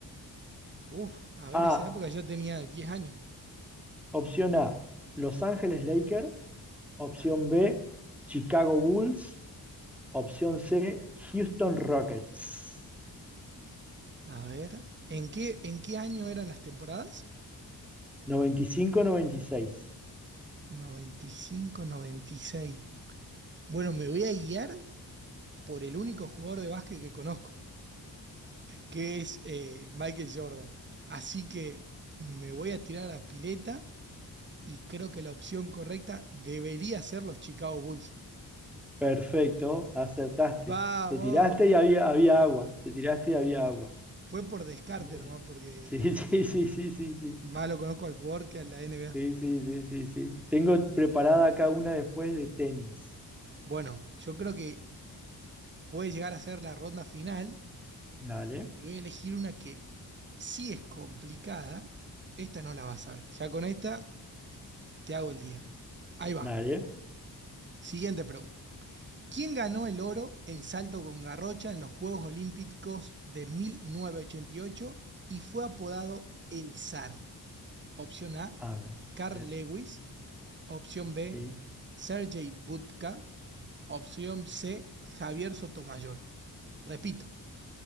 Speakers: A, on the right; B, in the centre.
A: uh, a ver,
B: A,
A: esa época yo tenía diez años.
B: opción A, Los Ángeles Lakers, opción
A: Dale.
B: B, Chicago Bulls, opción C, Houston Rockets.
A: A ver, ¿en qué, en qué año eran las temporadas?
B: 95-96.
A: Noventa noventa y cinco, noventa y seis. Bueno, me voy a guiar por el único jugador de básquet que conozco. que es eh, Michael Jordan. Así que me voy a tirar a la pileta y creo que la opción correcta debería ser los Chicago Bulls.
B: Perfecto, acertaste.
A: Vamos,
B: Te tiraste y había, había agua. Te tiraste y había agua.
A: fue por descarte
B: Muy
A: nomás,
B: bien.
A: porque
B: Sí, <laughs> sí, sí, sí, sí, sí.
A: malo conozco al jugador que a la NBA.
B: Sí, sí, sí, sí, sí. Tengo preparada acá una después de tenis.
A: Bueno, yo creo que puede llegar a ser la ronda final
B: Dale,
A: y voy a elegir una que sí es complicada. Esta no la vas a ver. Ya con esta te hago el día. Ahí va.
B: dale.
A: Siguiente pregunta. ¿Quién ganó el oro en salto con garrocha en los Juegos Olímpicos de 1988 y ocho y fue apodado el zar? Opción A,
B: A ver.
A: Carl
B: ver.
A: Lewis. Opción B,
B: Sí,
A: Sergei Budka. Opción C, Javier Sotomayor. Repito,